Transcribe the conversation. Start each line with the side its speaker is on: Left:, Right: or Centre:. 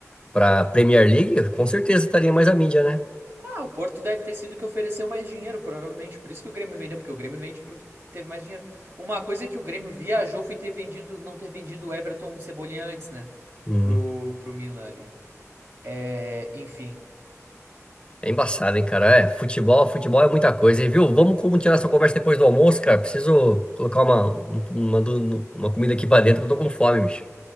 Left: pra Premier League, com certeza estaria mais a mídia, né?
Right: Ah, o Porto deve ter sido o que ofereceu mais dinheiro, provavelmente. Por isso que o Grêmio vendeu, porque o Grêmio vende porque teve mais dinheiro. Uma coisa é que o Grêmio viajou foi ter vendido, não ter vendido o Everton Cebolinha antes, né?
Left: Hum,
Right: Pro, pro Milan ali. É, enfim.
Left: é embaçado, hein, cara? É, futebol, futebol é muita coisa, hein, viu? Vamos continuar essa conversa depois do almoço, cara. Preciso colocar uma, um- uma, do- uma comida aqui pra dentro, que eu tô com fome, bicho.